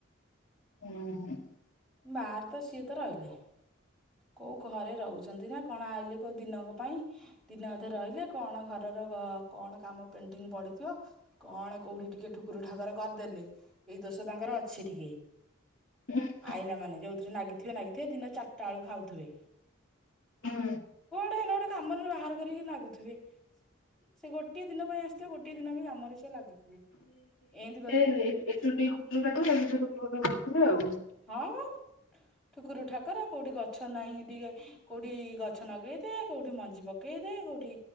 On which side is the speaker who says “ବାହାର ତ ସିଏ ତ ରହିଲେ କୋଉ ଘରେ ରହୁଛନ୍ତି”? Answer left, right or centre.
Centre